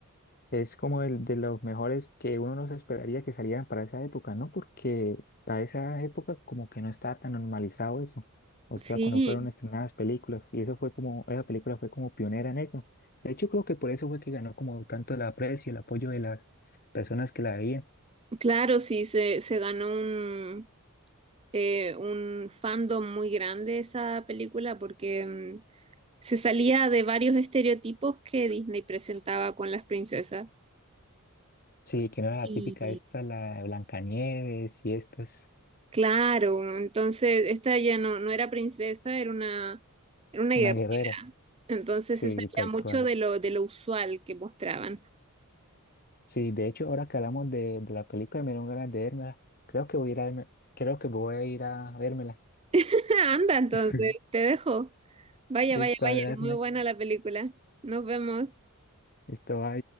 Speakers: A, on the left; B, on the right.
A: Es como el de los mejores que uno no se esperaría que salieran para esa época, ¿no? Porque a esa época como que no estaba tan normalizado eso. O sea,
B: Sí.
A: cuando fueron estrenadas películas y eso fue como, esa película fue como pionera en eso. De hecho, creo que por eso fue que ganó como tanto el aprecio, el apoyo de las personas que la veían.
B: Claro, sí, se, se ganó un, eh, un fandom muy grande esa película porque mm, se salía de varios estereotipos que Disney presentaba con las princesas.
A: Sí, que no era la
B: Y
A: típica esta, la de Blancanieves y esto es
B: claro, entonces esta ya no, no era princesa, era una, era una
A: una
B: guerra.
A: guerrera.
B: Entonces
A: Sí,
B: se salía
A: tal
B: mucho
A: cual.
B: de lo, de lo usual que mostraban.
A: Sí, de hecho, ahora que hablamos de, de la película, me dieron ganas de vérmela. Creo que voy a ir a, verme- creo que voy a ir a vérmela.
B: <laughs> Anda, entonces,
A: <laughs>
B: te dejo. Vaya,
A: Listo,
B: vaya, vaya,
A: Ariadne.
B: muy buena la película. Nos vemos.
A: Esto va